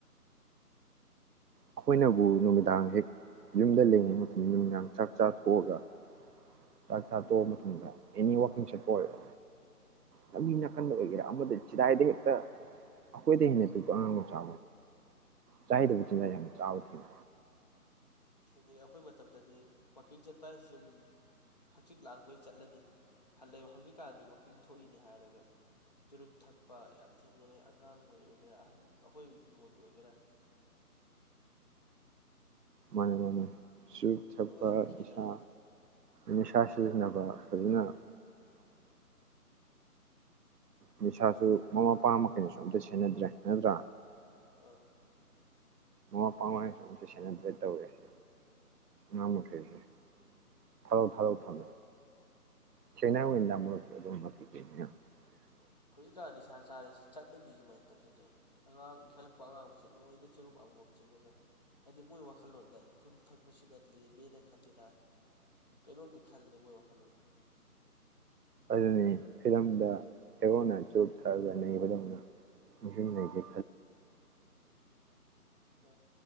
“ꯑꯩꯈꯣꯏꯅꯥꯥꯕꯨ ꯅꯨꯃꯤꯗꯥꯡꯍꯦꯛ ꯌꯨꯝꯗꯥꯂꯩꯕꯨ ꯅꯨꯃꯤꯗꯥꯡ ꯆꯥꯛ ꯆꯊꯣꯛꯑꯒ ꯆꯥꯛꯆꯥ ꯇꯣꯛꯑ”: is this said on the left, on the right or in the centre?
Right